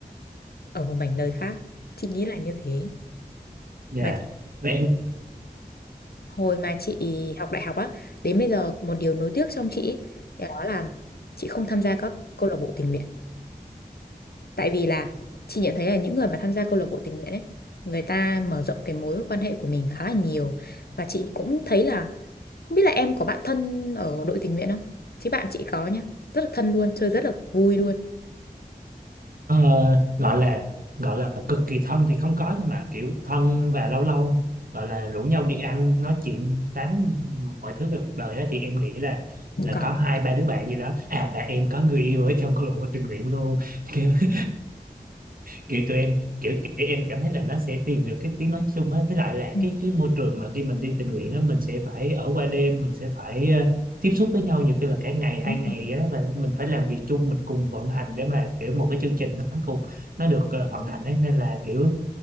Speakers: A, on the left; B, on the right.
A: ở một mảnh đời khác chị nghĩ là như thế
B: Dạ.
A: mà chị
B: Và em
A: hồi mà chị học đại học á đến bây giờ một điều nối tiếc trong chị ý, thì đó là chị không tham gia các câu lạc bộ tình nguyện tại vì là chị nhận thấy là những người mà tham gia câu lạc bộ tình nguyện ấy người ta mở rộng cái mối quan hệ của mình khá là nhiều và chị cũng thấy là không biết là em có bạn thân ở đội tình nguyện không chứ bạn chị có nhá rất là thân luôn chơi rất là vui luôn
B: ờ, gọi là gọi là cực kỳ thân thì không có nhưng mà kiểu thân và lâu lâu gọi là rủ nhau đi ăn nói chuyện tám mọi thứ về cuộc đời á, thì em nghĩ là là
A: có
B: có hai ba đứa bạn gì đó à và em có người yêu ở trong câu lạc bộ tình nguyện luôn <laughs> kiểu tụi em kiểu, kiểu em cảm thấy là nó sẽ tìm được cái tiếng nói chung á với lại là
A: Ừ,
B: cái cái môi trường mà khi mình đi tình nguyện á mình sẽ phải ở qua đêm mình sẽ phải ờ, tiếp xúc với nhau nhiều khi là cả ngày
A: đúng
B: hai ngày
A: rồi.
B: á và mình phải làm việc chung mình cùng vận hành để mà kiểu một cái chương trình nó cùng nó được ờ, hoàn thành ấy. nên là kiểu